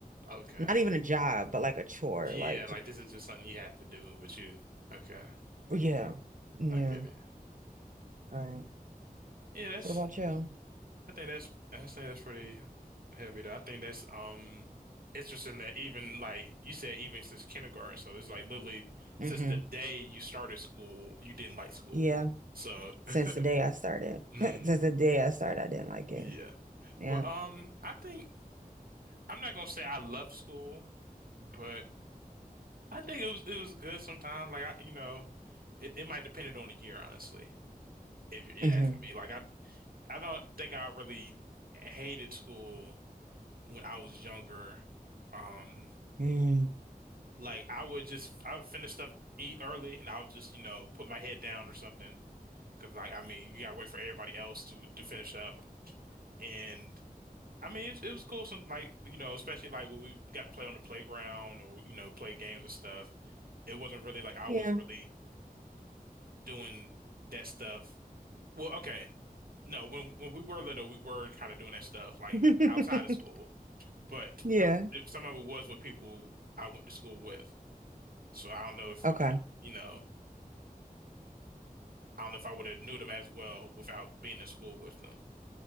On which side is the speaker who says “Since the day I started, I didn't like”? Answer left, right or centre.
Right